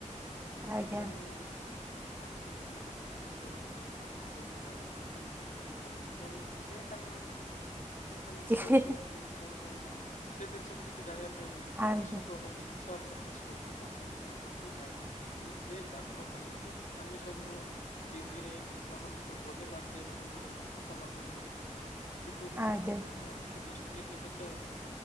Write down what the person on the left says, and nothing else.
ମାନେ ନନ୍ଦନକାନନ
ମାନେ କଣ ତାପରେ ମୁଁ ତ ଯେତେ ଆମ ଘରେ ବାପା ମାଆ କହିଲେ ନାଇଁ ନନ୍ଦନଖାନା ଗୋଟେ ଚିଡିଆଖାନା ମୁଁ ଭାବିଲି ଚିଡିଆଖାନା ମାନେ କଣ? ଚିଡିଆଖାନାରେ
କଣ କଣ ହୁଏ କଣ କଣ ନାଇଁ ସେ ଦିନଷକୁୁ ଟିକେ ଜାଣିବା ପାଇଁ
ଇଚ୍ଛୁକ ହେଲି ଇଚ୍ଛା ପ୍ରକାଶ କଲି ନା ତ ବାବା କହିଲି ନାଇଁ ଇଏ ଠି ବାଘ ଭାଲୁରେ ଆମେ ସବୁବେଳେ ଟିଭିରେ, ନହେଲେ ତ ବହି ମାଧ୍ୟମରେ, ନହେଲେ ତ ଫଟୋ ମାଧ୍ୟମରେ ଦେଖିଥାଉ। କିନ୍ତୁ
ଆମ ଆଖି ଦୁଷ୍ଟରେ କେବେ ତ